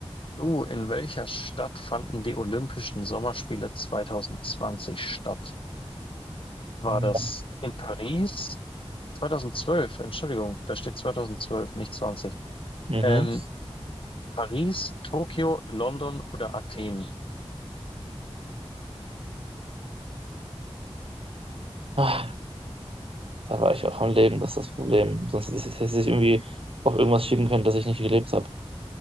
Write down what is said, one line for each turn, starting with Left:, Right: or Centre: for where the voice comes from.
Left: Oh, in welcher Stadt fanden die Olympischen Sommerspiele 2020 statt? War
Right: Mhm.
Left: das in Paris? 2012, Entschuldigung, da steht 2012, nicht 20.
Right: Mhm.
Left: Ähm, Paris, Tokio, London oder Athen?
Right: Ah, Da war ich auch am Leben, das ist das Problem. Sonst hätte ich hätte ich irgendwie auf irgendwas schicken können, das ich nicht gelebt habe.